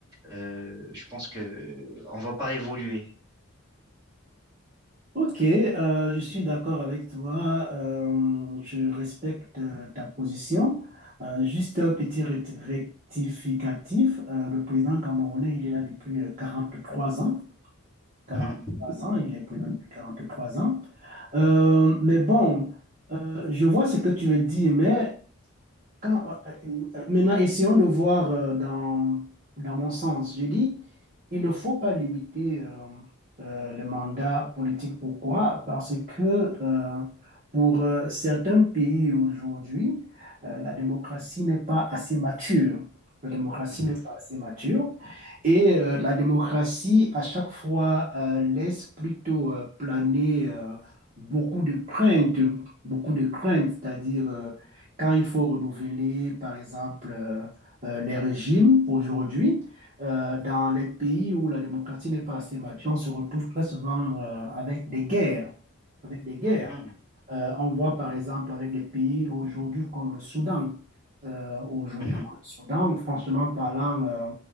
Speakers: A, on the right; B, on the right.
A: euh, je pense que on va pas évoluer.
B: Ok, euh, je suis d'accord avec toi. euh, je respecte euh, ta position. Euh, juste un petit ré- rectificatif. euh, le président camerounais, il est là depuis euh, trois ans. quarante
A: Mhm,
B: trois ans, il est président depuis quarante trois ans. Euh, mais bon, euh, je vois ce que tu veux dire, mais quand, euh, euh, maintenant, essayons de voir euh, dans, dans mon sens. Je dis, il ne faut pas limiter euh, euh, le mandat politique. Pourquoi? Parce que euh, pour euh, certains pays aujourd'hui, euh, la démocratie n'est pas assez mature. La démocratie
A: mhm,
B: n'est pas assez mature. Et euh, la démocratie, à chaque fois, euh, laisse plutôt euh, planer euh, beaucoup de craintes, beaucoup de craintes, c'est-à-dire... euh, quand il faut renouveler, par exemple, euh, euh, les régimes aujourd'hui, euh, dans les pays où la démocratie n'est pas assez mature, on se retrouve très souvent euh, avec des guerres, avec des guerres.
A: mhm,
B: Euh, on voit par exemple avec les pays aujourd'hui comme le Soudan. Euh, aujourd'hui
A: mhm,
B: comme le Soudan, franchement parlant, euh,